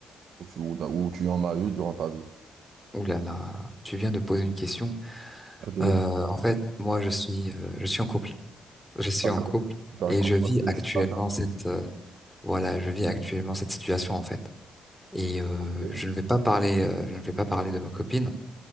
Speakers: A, on the right (about 70°); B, in the centre.
A: ou, tu, ou, d'un- ou tu en as eu durant ta vie.
B: Ouh là là, tu viens de poser une question.
A: C'est délicat.
B: Euh, en fait, moi, je suis, euh, je suis en couple. Je suis
A: D'accord.
B: en couple
A: D'accord.
B: et je vis
A: bah, C'est
B: actuellement
A: ça,
B: cette, euh, voilà, je vis actuellement cette situation en fait. Et euh,
A: c'est-
B: je ne vais pas parler, euh, je ne vais pas parler de ma copine.